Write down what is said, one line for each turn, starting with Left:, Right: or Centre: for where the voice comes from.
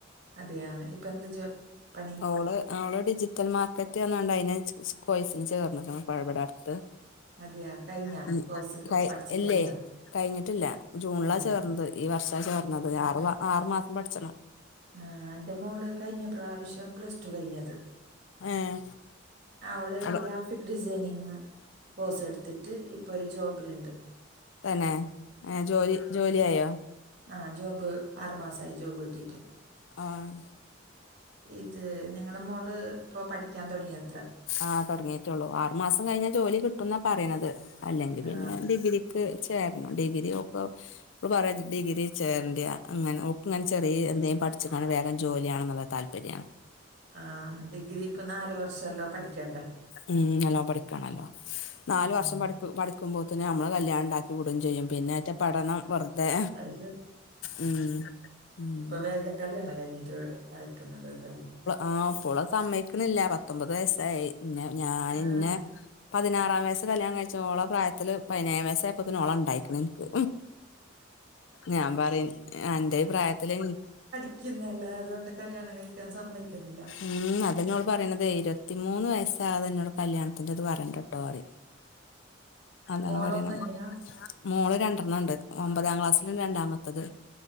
Right: അതെയാ ഇപ്പൊ എന്ത് ജോ പണി
Left: ഓള് അവള് ഡിജിറ്റൽ മാർക്കറ്റ് പറഞ്ഞാണ്ട് അതിന് കോഴ്സിന് ചേർന്ന്ക്ക്ണ് ഇപ്പൊ ഇവിടെ അടുത്ത്
Right: അതെയാ കഴിഞ്ഞ
Left: <unintelligible>
Right: കോഴ്സ്
Left: കൊയ
Right: പഠിച്ച്
Left: ഇല്ലേ
Right: കഴിഞ്ഞ
Left: കഴിഞ്ഞിട്ടില്ല ജൂണിലാ
Right: ഉം.
Left: ചേർന്നത് ഈ വർഷാ ചേർന്നത് ആറ് ആറു മാസം പഠിച്ചണം
Right: ആഹ് എന്റെ മോള് കഴിഞ്ഞ പ്രാവശ്യം പ്ലസ് ടു കഴിഞ്ഞത്
Left: ഏഹ്
Right: ആ ഓള് ഗ്രാഫിക്
Left: അവിടെ
Right: ഡിസൈനിങ് കോഴ്സ് എടുത്തിട്ട് ഇപ്പൊ ഒരു ജോബിലുണ്ട്
Left: തന്നെ ഏ ജോലി ജോലിയായോ
Right: ആഹ് ജോബ് ആറു മാസായി ജോബ് കിട്ടിട്ട്
Left: ആഹ്
Right: ഇത് നിങ്ങളെ മോള് ഇപ്പോ പഠിക്കാൻ തുടങ്ങിയത്ര
Left: ആഹ് തുടങ്ങീട്ടോള്ളൂ ആറുമാസം കഴിഞ്ഞാ ജോലി കിട്ടുന്നാ പറണത് അല്ലെങ്കിൽ
Right: ആ
Left: പിന്നെ ഡിഗ്രി ക്ക് ചേരണം ഡിഗ്രിഓക്ക് ഇപ്പ പറയാ ഡിഗി ചേരണ്ടിയ അങ്ങനെ ഒക്ക്‌ ഇങ്ങനെ ചെറിയ എന്തേങ്കും പഠിച്കാണ്ട് വേഗം ജോലിയാണെന്നുള്ള താൽപര്യാ
Right: ആ ഡിഗ്രി ഇപ്പൊ നാല് വർഷംല്ലോ പഠിക്കണ്ടേ
Left: ഉം നല്ലോ പഠിക്കണല്ലോ നാലു
Right: ഉം.
Left: വർഷം പടി പഠിക്കുമ്പോത്ത്ന് നമ്മള് കല്യാണണ്ടാക്കി ടും ചെയ്യും പിന്നെ ആറ്റ പഠനം വെറുതെ
Right: അത്
Left: ഉം ഉം
Right: ഇപ്പ വേഗം കല്യാണം കഴിഞ്ഞിട്ട് അയക്കുന്നല്ലെ ഒ
Left: ആഹ് ഇപ്പോള് സമ്മയിക്കണില്ല പത്തൊമ്പത് വയസായി ഞാന്
Right: ആ
Left: ഇന്നെ പതിനാറാം വയസ് കല്യാണം കഴിച്ചോള പ്രായത്തില് പതിനേഴാം വയസ്സായപ്പോത്തിന് ഓള് ണ്ടായിക്ക്ണ് നിക്ക് ഞാൻ പറിം അന്റെ ഈ പ്രായത്തില്
Right: ക്കിന്നല്ലേ അതോണ്ട് കല്യാണം കഴിക്കാൻ സമ്മയിക്കുന്നില്ല
Left: ഉം അതെന്നെ ഓള് പറയണതേയ് ഇരുപത്തി മൂന്ന് വയസാകാതെ ന്നോട് കല്യാണത്തിന്റെത് പറയണ്ടട്ടോ പറിം അതാണ്
Right: മോളൊന്നു
Left: പറിണ്
Right: തന്നെയാ
Left: മോള് രണ്ടർണ്ണംണ്ട് ഒമ്പതാം ക്ലാസ്സിലും രണ്ടാമത്തത്